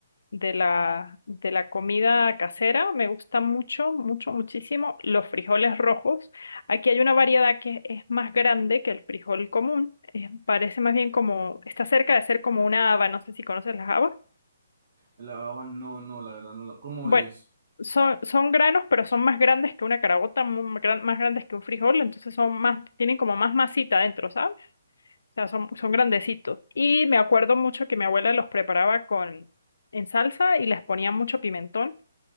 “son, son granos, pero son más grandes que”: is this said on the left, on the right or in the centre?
Left